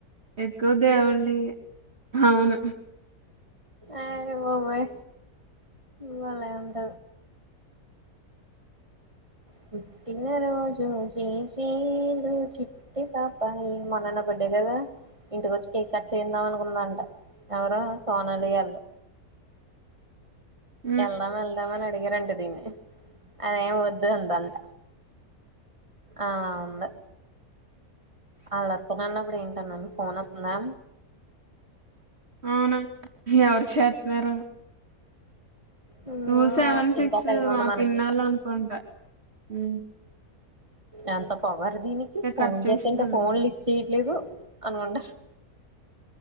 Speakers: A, on the right; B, on the right.
A: ఎక్కువ దేవుల్డి అవును
B: ఆ పోయి వల ఉంట పుట్టిన రోజు జీ జీలు చిట్టి పాప ఈ మాన్నన్న బర్త్డే కదా ఇంటిక వచ్చి కేక్ కట్ చేయందాం అనుకుందంట ఎవరు సోనాలి వాళ్ళు
A: హ్మ్
B: ఎల్దామ్ ఎల్దామ్ అని అడిగారంట దీన్ని అదేం వాద్ ఇదే అందంట ఆ ఉంది ఆళ్ళ అత్తనన్నప్పుడు ఏంటన్నాను ఫోన్ వత్తందా
A: అవునా ఎవరు చేతన్నారు
B: మ్మ్
A: టూ సెవెన్ సిక్స్
B: ఇంకా టైం
A: మా
B: ఉంది మనకి
A: పిన్నాళ్ళు అనుకుంటా మ్మ్
B: ఎంతప్ప పవర్ దీనికి ఫోన్
A: కట్ చేసేసాను
B: చేతంటె ఫోన్ లిఫ్ట్ చేయదు లేదు అనుకుంటారు